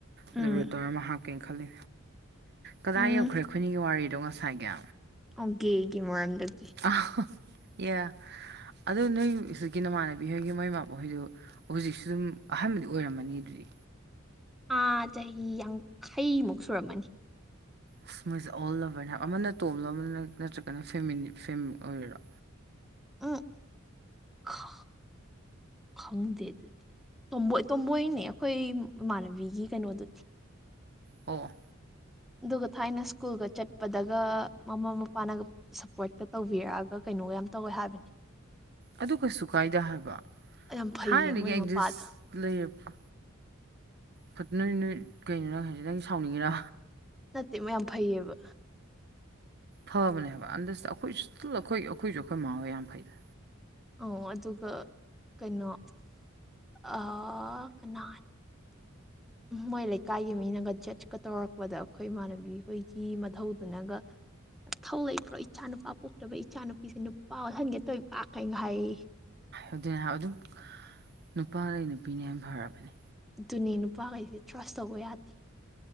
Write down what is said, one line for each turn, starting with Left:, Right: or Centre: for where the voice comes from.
Right: ꯑꯗꯨ
Centre: ꯎꯝ
Right: ꯔꯨꯇꯔ ꯑꯃ ꯍꯥꯞꯀꯦꯅ ꯈꯜꯂꯤ ꯀꯗꯥꯏ
Centre: ꯎꯝ
Right: ꯌꯧꯈ꯭ꯔꯦ ꯑꯩꯈꯣꯏꯅꯤꯒꯤ ꯋꯥꯔꯤꯗꯣ ꯉꯁꯥꯏꯒꯤ꯫
Centre: ꯑꯣꯒꯦꯒꯤ ꯃꯥꯟꯗꯒꯤ꯫
Right: ꯑ ꯑꯦ ꯑꯗꯨ ꯅꯣꯏ ꯍꯧꯖꯤꯛꯀꯤ ꯅꯃꯥꯟꯅꯕꯤ ꯍꯣꯏꯒꯤ ꯃꯣꯏ ꯏꯃꯥꯕ ꯍꯣꯏꯗꯨ ꯍꯨꯖꯤꯛꯁꯨ ꯑꯗꯨꯝ ꯑꯍꯥꯟꯕꯗꯤ ꯑꯣꯏꯔꯝꯃꯅꯤ ꯑꯗꯨꯗꯤ꯫
Centre: ꯑꯥꯥ ꯆꯍꯤ ꯌꯥꯡꯈꯩꯃꯨꯛ ꯁꯨꯔꯝꯃꯅꯤ꯫
Right: ꯑꯁ ꯃꯣꯏꯁꯦ ꯑꯣꯜ ꯂꯕꯔꯅꯦ ꯍꯥꯏ ꯑꯃꯅ ꯇꯣꯝꯂꯣ ꯑꯃꯅ ꯅꯠꯇ꯭ꯔꯒꯅ ꯐꯦꯃꯤꯂꯤ ꯐꯦꯝ ꯑꯣꯏꯔꯤꯔꯣ꯫
Centre: ꯑ ꯈ ꯈꯪꯗꯦ ꯑꯗꯨꯗꯤ ꯇꯣꯝꯕꯣꯏ ꯇꯣꯝꯕꯣꯏꯅꯦ ꯑꯩꯈꯣꯏ ꯏꯃꯥꯟꯅꯕꯤꯒꯤ ꯀꯩꯅꯣꯗꯨꯗꯤ
Right: ꯑꯣ ꯑꯣ
Centre: ꯑꯗꯨꯒ ꯊꯥꯏꯅ ꯁ꯭ꯀꯨꯜꯒ ꯆꯠꯄꯗꯒ ꯃꯃꯥ ꯃꯄꯥꯅ ꯒ ꯁꯞꯄꯣꯔꯀꯥ ꯇꯧꯕꯤꯔꯛꯑꯒ ꯀꯩꯅꯣꯒ ꯌꯥꯝ ꯇꯧꯋꯦ ꯍꯥꯏꯕꯅꯦ
Right: ꯑꯗꯨ ꯀꯩꯁꯨ ꯀꯥꯏꯗ ꯍꯥꯏꯕ
Centre: ꯌꯥꯝ ꯐꯩꯌꯦ
Right: ꯊꯥꯏꯅꯗꯒꯤ
Centre: ꯃꯣꯏ
Right: ꯑꯦꯒꯖꯤꯁ
Centre: ꯃꯄꯥꯗꯣ
Right: ꯂꯩꯔꯕ ꯐꯠꯇ ꯅꯣꯏ ꯀꯩꯅꯣ ꯅꯪ ꯍꯥꯏꯁꯦ ꯅꯪ ꯁꯥꯎꯅꯤꯡꯉꯦꯔ
Centre: ꯅꯠꯇꯦ ꯃꯣꯏ ꯌꯥꯝ ꯐꯩꯌꯦꯕ
Right: ꯐꯕꯅꯦ ꯍꯥꯏꯕ ꯑꯟꯗꯁ ꯑꯩꯈꯣꯏꯁꯨ ꯁꯤꯇꯜ ꯑꯩꯈꯣꯏ ꯑꯩꯈꯣꯏꯁꯨ ꯑꯩꯈꯣꯏ ꯃꯥꯥꯍꯣꯏ ꯌꯥꯝ ꯐꯩꯗ
Centre: ꯑꯣ ꯑꯗꯨꯒ ꯀꯩꯅꯣ ꯑꯥ ꯀꯅꯥ ꯃꯣꯏ ꯂꯩꯀꯥꯏꯒꯤ ꯃꯤꯅꯒ ꯖꯠꯁꯀ ꯇꯧꯔꯛꯄꯗ ꯑꯩꯈꯣꯏ ꯏꯃꯥꯟꯅꯕꯤ ꯍꯣꯏꯒꯤ ꯃꯙꯧꯗꯨꯅꯒ ꯅꯊꯧ ꯂꯩꯕ꯭ꯔꯣ ꯏꯆꯥ ꯅꯨꯄꯥ ꯄꯣꯛꯇꯕ ꯏꯆꯥ ꯅꯨꯄꯤꯁꯦ ꯅꯨꯄꯥ ꯑꯣꯜꯍꯟꯒꯦ ꯇꯧꯏꯕ ꯀ ꯍꯥꯏꯌꯦꯌꯦ
Right: ꯑꯗꯨꯅꯦ ꯍꯥꯏꯕ ꯑꯗꯨꯝ ꯅꯨꯄꯥꯗꯩ ꯅꯨꯄꯤꯅ ꯌꯥꯝ ꯐꯔꯕꯅꯦ
Centre: ꯑꯗꯨꯅꯦ ꯅꯨꯄꯥꯈꯩꯁꯦ ꯇ꯭ꯔꯁ ꯇꯧꯕ ꯌꯥꯗꯦ